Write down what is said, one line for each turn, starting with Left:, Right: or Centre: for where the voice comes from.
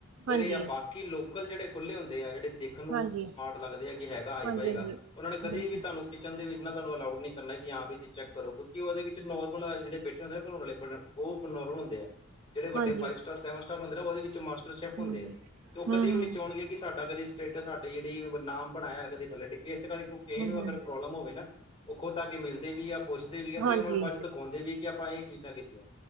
Left: ਦੇ
Right: ਹਾਂਜੀ
Left: ਰਹੇ ਆ ਬਾਕੀ ਕਿ ਲੋਕਲ ਜਿਹੜੇ ਖੁੱਲ੍ਹੇ ਹੁੰਦੇ ਆ ਜਿਹੜੇ ਦੇਖਣ ਨੂੰ
Right: ਹਾਂਜੀ
Left: ਸਮਾਰਟ ਲੱਗਦੇ ਆ ਕਿ ਹੈਗਾ ਹਾਈਫਾਈਗਾ
Right: ਹਾਂਜੀ ਹਾਂਜੀ
Left: ਉਹਨਾਂ ਨੇ ਕਦੇ
Right: ਬਿਲਕੁਲ
Left: ਵੀ ਤੁਹਾਨੂੰ ਕਿਚਨ ਦੇ ਵਿੱਚ ਨਾਹਾਨੂੰ ਅਲਾਉਡ ਨੀ ਕਰਨਾ ਕਿ ਹਾਂ ਵੀ ਤੁਸੀ ਚੈੱਕ ਕਰੋ ਕਿਉਂਕਿ ਉਹਦੇ ਵਿੱਚ ਨੋਰਮਲ ਜੇੜੇ ਬੈਠੇੁੰ ਹੂੰਦੇ <unintelligible> ਉਹ ਓਪ ਨੋਰਮਲ ਹੁੰਦੇ ਐ ਜੇੜੇ ਵੱਡੇ
Right: ਹਾਂਜੀ
Left: ਫਾਈਵ ਸਟਾਰ ਸੈਵਨ ਸਟਾਰ ਹੁੰਦੇ ਉਹਦੇ ਵਿੱਚ ਮਾਸ ਸ਼ੈਫ ਹੁੰਦੇ
Right: ਹਮ
Left: ਐ ਤੇ ਉਹ
Right: ਹਮ
Left: ਕਦੇ ਵੀ ਨੀ ਚੋਣਗੇ
Right: ਹਮ
Left: ਕਿ ਸਾਡਾ ਕਦੇ ਸਟੇਟਸ ਸਾਡੇ ਨਾਮ ਬਣ ਆਇਆ ਕਦੇ ੱਲੇ ਡਿੱਕੇ ਕਰਕੇ ਕਿਸੇ
Right: ਹਮ
Left: ਨੂੰ
Right: ਹਮ
Left: ਅਗਰ ਪ੍ਰੋਬਲਮ ਹੋਵੇ ਨਾ, ਉਹ ਖੁਦ ਆ ਕੇ ਮਿਲਦੇ ਵੀ ਆ ਪੁੱਛਦੇ ਵੀ ਆ
Right: ਹਾਂਜੀ
Left: ਤੇ ਉਹਨਾਂ ਬਾਦ ਚ ਦਿਖਾਉਂਦੇ ਵੀ ਕਿ ਆਪਾਂ ਇਹ ਚੀਜ਼ਾਂ ਕੀਤੀਆਂ,